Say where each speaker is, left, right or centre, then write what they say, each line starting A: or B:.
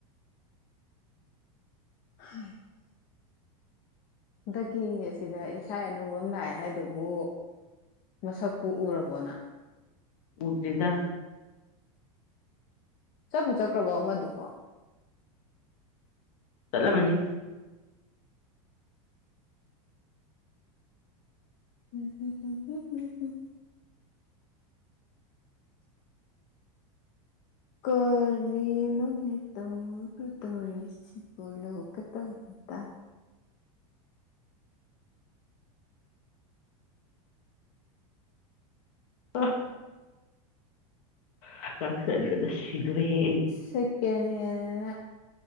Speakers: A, on the left (about 50°); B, on the left (about 65°).
A: ꯎ ꯍꯟꯗꯛꯀꯤ ꯑꯁꯤꯗ ꯏꯁꯥ ꯑꯅꯧꯕ ꯑꯃ ꯂꯥꯛꯑꯦ ꯍꯥꯏꯗꯨꯕꯨ ꯃꯁꯥꯛꯕꯨ ꯎꯔ ꯑꯔꯕꯣꯅ
B: ꯎꯗꯔꯤꯗ
A: ꯆꯠꯄꯨ ꯆꯠꯈ꯭ꯔꯕꯣ ꯑꯃꯗꯨꯕꯣ
B: ꯃꯅꯤ
A: ꯎꯝꯝꯝꯝ ꯎꯝꯝ ꯀꯔꯤꯅꯣ ꯇꯧꯒ ꯇꯧꯔꯤꯁꯤꯕꯂꯣ ꯀ ꯇꯧꯅꯤ ꯠꯇ
B: ꯄꯐ ꯍ ꯀꯥꯞꯗꯁꯤꯗꯨꯦ ꯍꯦ
A: ꯁꯀꯦꯟ ꯍꯦꯟ